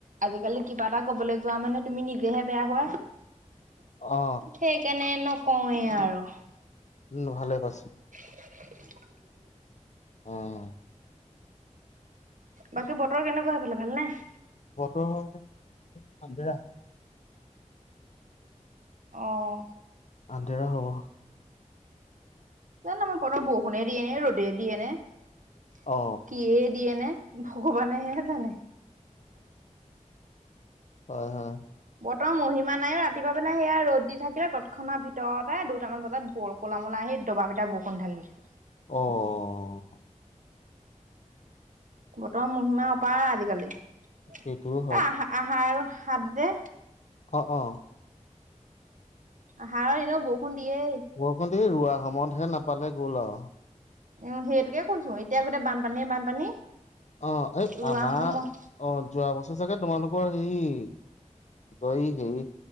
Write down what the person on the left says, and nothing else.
অ
উম, ভালে পাছো।
অহ।
বৰ্তমানে সা বেয়া।
আন্ধেৰা হ'ব।
অ
হয়, হয়।
অ'।
সেইটোও হয়
অ-অ
বৰষুণ দিয়ে ৰোৱা অসমতহে নাপালে গ'ল আৰু
অ এই
আমাৰ
অ যোৱা বছৰ চাগে তোমালোক, বৰ হে কি কয়, এই হেৰি